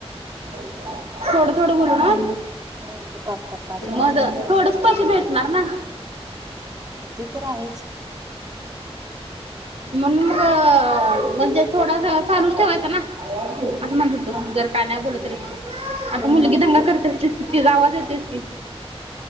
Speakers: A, on the right; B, on the right.
A: बम. थोडं थोडं बोलू ना
B: हा म्हणजे पाच स पाच पाच
A: मग
B: पाच
A: थोडच
B: मिनिटं
A: पैशे भेटणार ना.
B: ते तर आहेच.
A: म्हणून मग म्हणजे थोडा चालूच ठेवायचा ना असं म्हणत तू
B: पण
A: जर. काय नाही बोलल तरी आता
B: पण
A: मुलगी
B: नाही
A: दंगा
B: ते
A: करतेस ती की आवाज येतेस की.